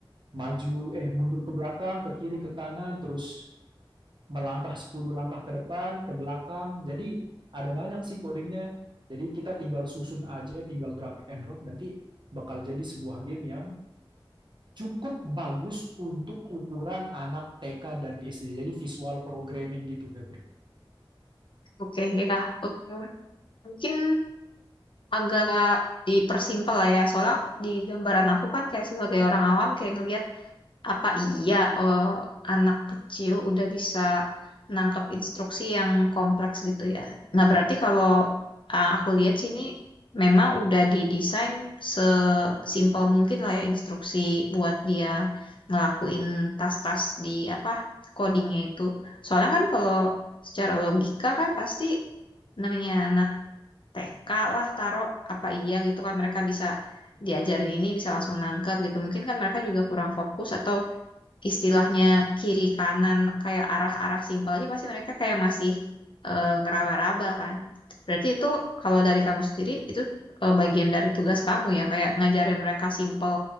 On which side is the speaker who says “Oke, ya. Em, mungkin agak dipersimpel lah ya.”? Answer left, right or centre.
Left